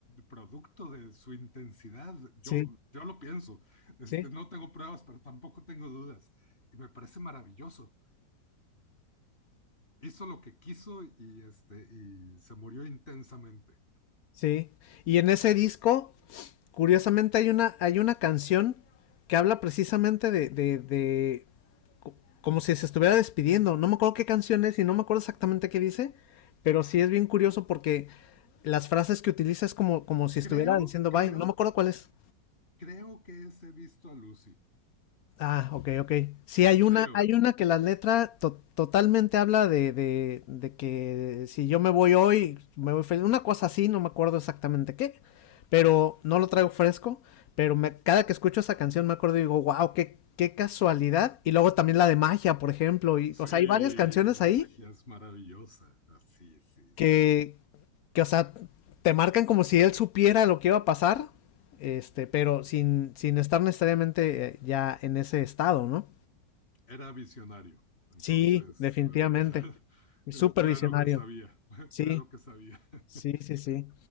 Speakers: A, on the left; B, on the left.
A: producto de su intensidad. Yo,
B: Sí,
A: yo lo pienso, este,
B: sí,
A: no tengo pruebas, pero tampoco tengo dudas y me parece maravilloso. hizo lo que quiso y, este, y se murió intensamente.
B: sí. Y en ese disco, curiosamente, hay una, hay una canción que habla precisamente de, de- de- como si se estuviera despidiendo. No me acuerdo qué canción es y no me acuerdo exactamente qué dice, pero sí es bien curioso porque las frases que utiliza es como, como si estuviera
A: Creo,
B: diciendo
A: creo,
B: bye. No me acuerdo cuál es.
A: creo que ese visto a Lucy.
B: Ah, ok, ok. Sí, hay
A: Creo.
B: una, hay una que la letra to- totalmente habla de, de, de que si yo me voy hoy, me voy feliz. Una cosa así, no me acuerdo exactamente qué, pero no lo traigo fresco. Pero me, cada que escucho esa canción me acuerdo y digo, wow, qué, qué casualidad. Y luego también la de magia, por ejemplo. Y,
A: Sí,
B: o sea, hay varias canciones
A: magia
B: ahí
A: es maravillosa. Así, sí,
B: que,
A: sí.
B: que, o sea, te marcan como si él supiera lo que iba a pasar, este, pero sin, sin estar necesariamente eh, ya en ese estado, ¿no?
A: Era visionario, entonces,
B: Sí, definitivamente.
A: eh, <laughs>
B: Súper
A: eh, claro
B: visionario.
A: que sabía, <laughs>
B: Sí,
A: claro que sabía, <laughs>
B: sí, sí, sí.